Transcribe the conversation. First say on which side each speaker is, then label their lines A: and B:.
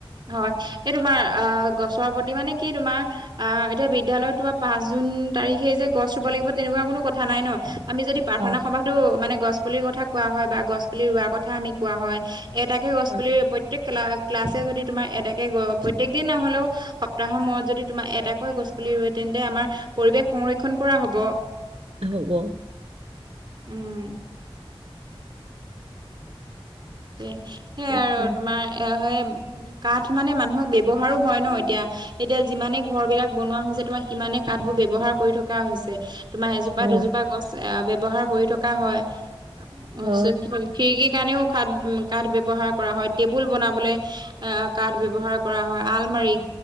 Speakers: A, on the right; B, on the right.
A: হয়, এই তোমাৰ আহ গছৰ প্ৰতি মানে কি তোমাৰ আহ এতিয়া বিদ্যালয়ত তোমাৰ পাঁচ জুন তাৰিখে যে গছ ৰুব লাগিব তেনেকুৱা কোনো কথা নাই ন? আমি যদি প্ৰাৰ্থনা
B: অ
A: সভাতো মানে গছ পুলিৰ কথা কোৱা হয় বা গছ পুলি ৰোৱাৰ কথা আমি কোৱা হয় এটাকে গছ
B: হয়
A: পুলি প্ৰত্যেক ক্লা ক্লাছে যদি তোমাৰ এটাকে প্ৰত্যেক দিন নহ'লেও সপ্তাহৰ মূৰত যদি তোমাৰ এটাকৈ গছ পুলি ৰুৱে তেন্তে আমাৰ পৰিৱেশ সংৰক্ষণ কৰা হব।
B: হ'ব।
A: উম। সেইয়াই
B: তাকে
A: আৰু তোমাৰ এ সেই কাঠ মানে মানুহক ব্যৱহাৰো হয় ন এতিয়া। এতিয়া যিমানে ঘৰবিলাক বনোৱা হৈছে তোমাৰ সিমানে কাঠবোৰ ব্যৱহাৰ কৰি থকা হৈছে। তোমাৰ এজোপা
B: হয়।
A: দুজোপা গছ এ ব্যৱহাৰ কৰি থকা হয়, অ
B: হয়।
A: চ খিৰিকী সেইকাৰণেও খাঠ কাঠ ব্যৱহাৰ কৰা হয়, টেবুল বনাবলে আ কাঠ ব্যৱহাৰ কৰা হয়, আলমাৰি